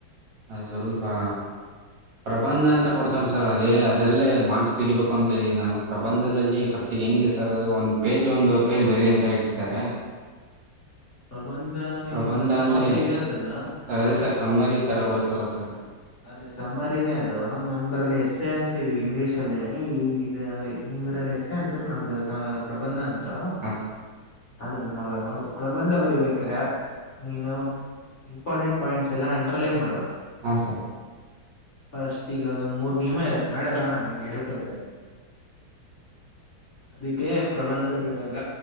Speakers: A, on the right; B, on the left.
A: ಅ ಸ್ವಲ್ಪಾ ಪ್ರಬಂಧ ಅಂತ ಕೊಡ್ತನ ಸರ್ ಅದೇ ಅದ್ರಲ್ಲೇ ಮಾರ್ಕ್ಸ್ ತೆಗಿಬೇಕು ಅಂತೀನಿ ನಾನು ಪ್ರಬಂಧದಲ್ಲಿ ಫಸ್ಟೀ ಹೆಂಗೆ ಸರ್ ಅದು ಒಂದು ಪೇಜು ಒಂದುವರೆ ಪೇಜ್ ಬರಿ ಅಂತ ಹೇಳ್ತಿದ್ದಾರೆ
B: ಪ್ರಬಂಧ ನಿನಗ್
A: ಪ್ರಬಂಧ
B: ಹತ್ತು
A: ಅಂದರೆ
B: ಮಾರ್ಕ್ಸ್ ಇರತ್ತದ
A: ಸರ್ ಅದೇ ಸರ್ ಸಮ್ಮರಿ ಥರ ಬರುತ್ತಲ್ಲ ಸರ್
B: ಅದೇ ಸಮ್ಮರಿನೇ ಅದು ನಮ್ದ್ರಲ್ಲಿ ಎಸ್ ಎ ಅಂತೀವಿ ಇಂಗ್ಲಿೀಷ್ ಅಲ್ಲಿ ಈ ನಿಮ್ರಲ್ಲಿ ಎಸ್ಸೆ ಅಂತ್ರ ನಮ್ದ ಪ್ರಬಂಧ ಅಂತ್ರು
A: ಹಾಂ
B: ಆದ್ರೆ ನ್ ಮಗ ನೋ ಪ್ರಬಂಧ ಬರಿಬೇಕ್ರೇ ನೀನು ಇಂಪಾರ್ಟೆಂಟ್ ಪಾಯಿಂಟ್ಸ್ ಎಲ್ಲ ಅಂಡರ್ಲೈನ್ ಮಾಡ್ಬೇಕು
A: ಹಾಂ ಸರ್
B: ಫಸ್ಟಿಗೆ ಅದೊಂದ ಮೂರ ನಿಯಮ ಇರತ್ ನಾಳೆ ಬಾ ನಾ ನಿಂಗ ಹೇಳ್ಕೊಡ್ತೆ ಅದಿಕ್ಕೆ ಪ್ರಬಂಧ ಬರೆಯುವಾಗ